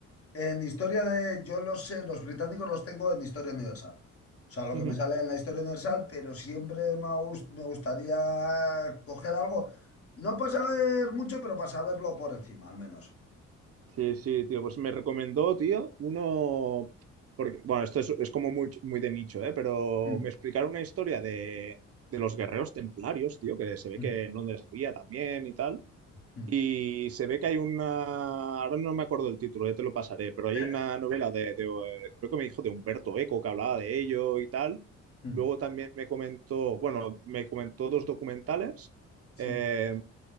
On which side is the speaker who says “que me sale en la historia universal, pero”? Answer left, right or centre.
Left